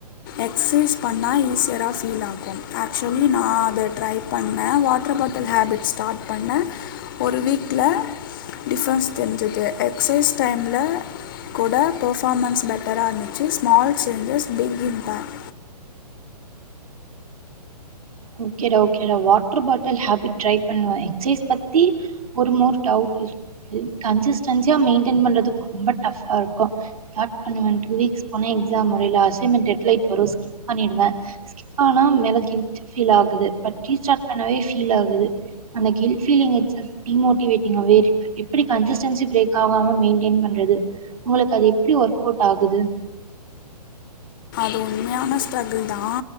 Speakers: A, on the left (about 30°); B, on the right (about 60°).
A: எக்ஸைஸ் பண்ணா ஈஸ்யரா ஃபீல் ஆகு ஆக்சுவலி நா அத ட்ரைப் பண்ணே வாட்ர் பாட்டல் ஹேபிட்ஸ் ஸ்டாட் பண்ணே ஒரு வீக்கில டிஃபன்ஸ் தெரிஞ்சிது எக்சைஸ் டைம்ல கூட பஃபாமன்ஸ் பெட்டராருந்துச்சு ஸ்மால் சேஞ்சஸ் பிக் இம்பாக்ட்
B: ஓக்கேடா ஓக்கேடா வாட்ர் பாட்டல் ஹாபிட் ட்ரை பண்ணுவன் எக்ஸைஸ் பத்தி ஒருமோர் டவுட் இருக் கன்சிஸ்டன்சியா மெயின்டென் பண்றதுக்கு ரொம்ப டாஃப்பாருக்கு டாட் பண்ணுவே டூ வீக்ஸ் போன எக்ஸாம் வருயில்ல அசைமென்ட் எட்லைட் வரு ஸ்கிப் பண்ணிடுவே ஸ்கிப் பண்ணனா மேல கில் ஃபீலாகுது பட் ரிஸ்டாட் பண்ணவே ஃபீலாகுது அந்த கில்ட் ஃபீலிங் இட்ஸ் ஸ் டீமோடிங்காவேருக்கு எப்டி கன்சிஸ்டன்சி பிரேகாவாம மெயின்டென் பண்றது உங்களுக்கது எப்டி ஒர்கவுட் ஆகுது
A: அது உண்மையான ஸ்ட்ரகுள் தா